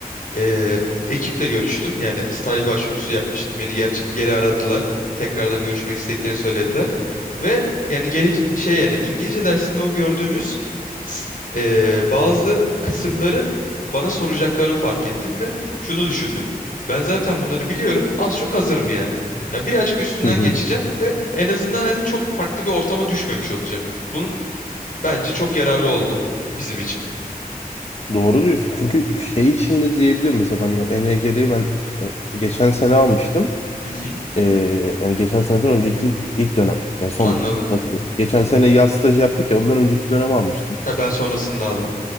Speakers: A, on the left; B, on the left.
A: e, ekiple görüştüm. Yani staj başvurusu yapmıştım. Beni ger- geri aradılar. Tekrardan görüşmek istediklerini söylediler. Ve yani gele şey yani İngilizce dersinde o gördüğümüz s- e, bazı kısımları bana soracaklarını fark ettim ve şunu düşündüm. Ben zaten bunları biliyorum. Az çok hazırım yani. Ya birazcık üstünden
B: Hı hı.
A: geçeceğim ve en azından hani çok farklı bir ortama düşmemiş olacağım. Bunun Bence çok yararlı oldu bizim için.
B: Doğru diyorsun. Çünkü şey içinde diyebilir mesela ben o ENGR'yi ben ö- geçen sene almıştım.
A: Hı hı,
B: Ee, yani geçen seneden önceki ilk dönem. Ya son
A: anladım.
B: nasıl desem. Geçen sene yaz stajı yaptık ya ondan önceki dönem almıştım.
A: Ha, ben sonrasını aldım.